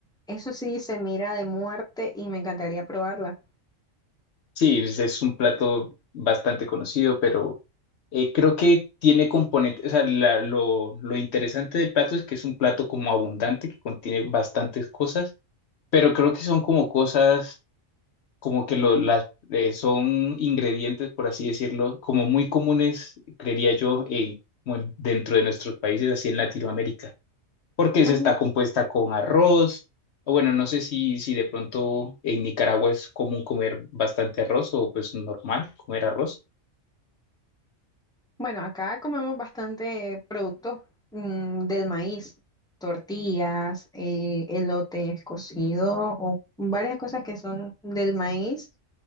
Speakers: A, in the centre; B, on the left.
A: Eso sí se mira de muerte y me encantaría probarla.
B: Sí, es es un plato bastante conocido, pero eh, creo que tiene componentes, o sea, la- lo, lo interesante del plato es que es un plato como abundante, que contiene bastantes cosas, pero creo que son como cosas, como que lo, las, eh, son ingredientes, por así decirlo, como muy comunes, creería yo, en- como en- dentro de nuestros países, así en Latinoamérica porque esa
A: Ujú.
B: está compuesta con arroz. O Bueno, no sé si, si de pronto en Nicaragua es común comer bastante arroz o pues normal comer arroz
A: Bueno, acá comemos bastante productos mm, del maíz, tortillas, eh, elotes cocidos o varias cosas que son del maíz.